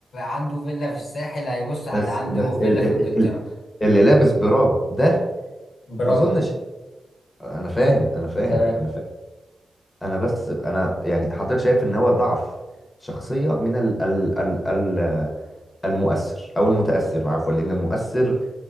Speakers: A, on the left; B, on the left.
A: عنده فيلا في الساحل هيبص على
B: طيب
A: اللي
B: بس
A: عنده
B: هت- بس ال
A: فيلا في
B: هو- ال
A: انجلترا
B: ال اللي لابس براه ده
A: برادا
B: ما اظنش انا فاهم انا فاهم
A: تمام
B: انا فاهم انا بس انا يعني حضرتك شايف ان هو ضعف شخصية من ال ال ال ال المؤثر او المتأثر عفوا لان المؤثر